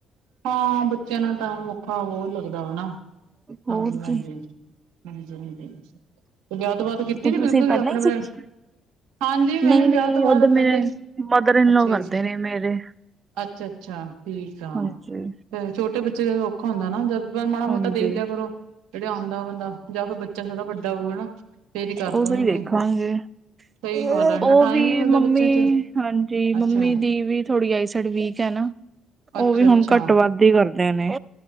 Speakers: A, on the right; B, on the right.
A: ਹਾਂ, ਬੱਚਿਆਂ ਨਾਲ ਤਾਂ ਔਖਾ ਬਹੁਤ ਲੱਗਦਾ ਵਾ ਨਾ,
B: ਹੋਰ
A: ਹਾਂਜੀ-ਹਾਂਜੀ।
B: ਕੀ
A: ਹਾਂਜੀ-ਹਾਂਜੀ, ਤੇ ਵਿਆਹ ਤੋਂ ਬਾਦ ਕੀਤੀ
B: ਤੇ
A: ਨੀ
B: ਤੁਸੀਂ
A: ਬਿਲਕੁਲ ਵੀ
B: ਪਹਿਲਾਂ
A: ਅਪਣੇ-ਅਪਣੇ
B: ਹੀ ਸਿੱਖ
A: ਹਾਂਜੀ, ਮੈਂ
B: ਨਹੀਂ
A: ਵੀ
B: ਨਹੀਂ
A: ਵਿਆਹ ਤੋਂ ਬਾਅਦ
B: ਉਧਰ
A: ਪਹਿਲਾਂ
B: ਮੇਰੇ
A: ਹੀ
B: ਮਦਰ ਇਨ
A: ਅੱਛਾ
B: ਲਾ
A: ਜੀ,
B: ਕਰਦੇ ਨੇ ਮੇਰੇ
A: ਅੱਛਾ-ਅੱਛਾ। ਅੱਛਾ, ਠੀਕ ਆ
B: ਹਾਂਜੀ
A: ਤੇ ਛੋਟੇ ਬੱਚੇ ਕ ਔਖਾ ਹੁੰਦਾ ਨਾ, ਜਦ ਮਾੜਾ-ਮੋਟਾ
B: ਹਾਂਜੀ
A: ਦੇਖ ਲਿਆ ਕਰੋ। ਜਿਹੜੇ ਆਉਂਦਾ ਬੰਦਾ, ਜਾਂ ਫਿਰ ਬੱਚਾ ਥੋੜਾ ਵੱਡਾ ਹੋਊਗਾ ਨਾ। ਫੇਰ ਹੀ ਕਰ
B: ਓਦੋਂ
A: ਪਾਉਂਗੇ।
B: ਈ ਵੇਖਾਂਗੇ -
A: ਸਹੀ ਗੱਲ ਆ ਇਨਾ
B: ਉਹ
A: ਟਾਈਮ
B: ਵੀ
A: ਹੀ ਨੀ ਮਿਲਦਾ
B: ਮੰਮੀ,
A: ਬੱਚਿਆਂ ਚ
B: ਹਾਂਜੀ
A: ਅੱਛਾ,
B: ਮੰਮੀ ਦੀ ਵੀ- ਥੋੜ੍ਹੀ ਆਈਸਾਈਡ ਵੀਕ ਹੈ ਨਾ ਉਹ
A: ਅੱਛਾ-ਅੱਛਾ।
B: ਵੀ ਹੁਣ ਘੱਟ ਵੱਧ ਹੀ ਵਰਦੇ ਨੇ-